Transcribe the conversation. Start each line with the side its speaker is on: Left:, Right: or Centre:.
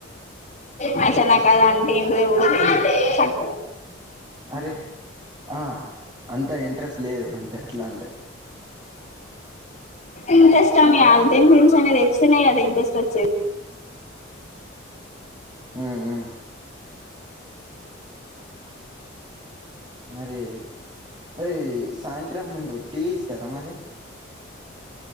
Left: మంచిగ నాకు అది అంటే ఎంటి దో గూడా తెలీదు
Right: అరే ఆ అంతా ఇంట్రెస్ట్ లేదు అంటే అట్లా అంటే
Left: ఇంట్రెస్ట్ అని
Right: కదా
Left: కాదు దేని గురించి ఐనా తెలుస్తనే కదా ఇంట్రెస్ట్ వచ్చేది
Right: ఊ ఉ మరి మరి సాయంత్రం మేము టీ ఇస్తారా మరి